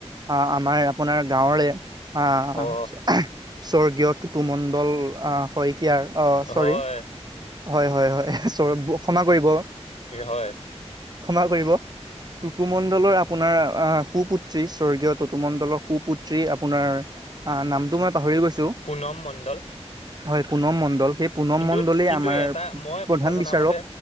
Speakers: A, on the right; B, on the left.
A: আহ আমাৰ আপোনাৰ গাঁৱৰে আহ
B: অ
A: <unintelligible> স্বৰ্গীয় টুটুমণ্ডল আহ শইকীয়াৰ আহ
B: হয়
A: চৰি হয় হয় হয় ক্ষমা কৰিব
B: হয়
A: ক্ষমা কৰিব টুটুমণ্ডলৰ আপোনাৰ আহ সুপুত্ৰী স্বৰ্গীয় টতুমণ্ডলৰ সুপুত্ৰী আপোনাৰ <unintelligible> অ নামটো মই পাহৰি গৈছো
B: পুনম মণ্ডল
A: হয় পুনম মণ্ডল সেই পুনম
B: কিন্তু
A: মণ্ডলেই
B: কিন্তু
A: আমাৰ
B: এটা মই
A: প্ৰধান
B: কথা জনা
A: বিচাৰক
B: মতে